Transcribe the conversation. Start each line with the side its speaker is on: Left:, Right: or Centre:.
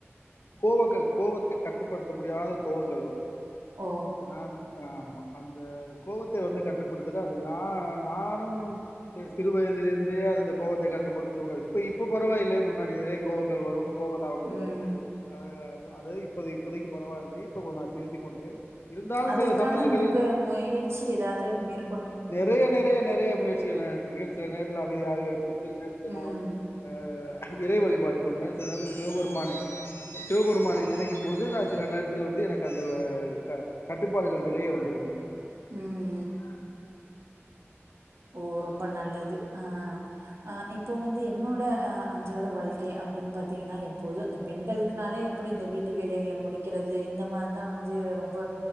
Left: கோவங்கள் கோவத்தை கட்டுப்படுத்த முடியாத கோவங்கள் வரு
Right: ஓ!
Left: நா ஆமா அந்த கோவத் வந்து கட்டுப்படுத்துற அது நா நானு சிறு வயதிலேருந்தே அந்த கோவத்த கட்டுப்படுத்துவேன் இப்போ இப்போ பரவாயில்லை முன்னாடி நிறைய கோவங்கள் வரு கோவது
Right: ம்.
Left: வருத்தி அ அது இப்ப இப்போதைக்கு பரவாயில்லை இப்ப நான் திரித்து கொண்டேன் இருந்தாலும்
Right: அதற்கான
Left: சில சமயங்களில்
Right: முக முயற்சி ஏதாது மேற்கொ
Left: நெறைய நெறைய நெறைய முயற்சிகள் நா எடுத்திருக்கே சில நேரத்துல அமைதியாக இருப்போ சில நான்
Right: ம்.
Left: வந்து அ இறை வழிபாடு பண்வேன் சில நேரத்துல நா வந்து சிவபெருமானை சிவபெருமானை நினைக்கும் பொழுது நான் சில நேரத்தில் வந்து எனக்கு அந்த கட்டுப்பாடுகள் நறைய வந்துவிடும்
Right: ம்
Left: ஆ
Right: ஓ ரொம்ப நல்லது ஆ அ இப்ப வந்து என்னோட அ அன்றாட வாழ்க்கை அப்டின் பாத்திங்கன்னா எப்போது இந்த பெண்களுக்குனாலே எப்டி இந்த வீட்டு வேலைகள முடிக்கிறது இந்த மாரி தா வந்து ரொம்ப